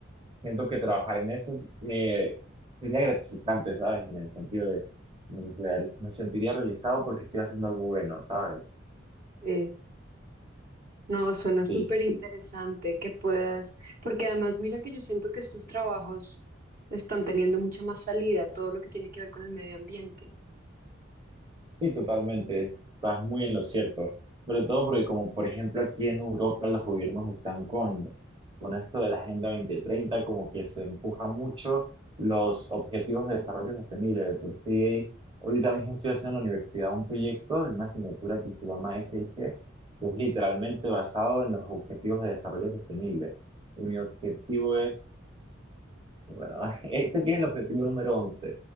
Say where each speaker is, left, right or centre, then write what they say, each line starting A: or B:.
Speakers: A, on the right; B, on the right.
A: siento que trabajar en eso me sería gratificante, ¿sabes? En el sentido de me, real- me sentiría realizado porque estoy haciendo algo bueno, ¿sabes?
B: Eh, no, suena
A: Sí.
B: súper interesante que puedas, porque además mira que yo siento que estos trabajos están teniendo mucha más salida, todo lo que tiene que ver con el medio ambiente.
A: Sí, totalmente, estás muy en lo cierto. Sobre todo porque como por ejemplo aquí en Europa los gobiernos están con, con esto de la Agenda 2030, como que se empuja mucho los objetivos de desarrollo sostenible. De por sí, ahorita mismo estoy haciendo en la universidad un proyecto de una asignatura que se llama SIG, que es literalmente basado en los objetivos de desarrollo sostenible. Y mi objetivo es bueno, <laughs> ese que es el objetivo número once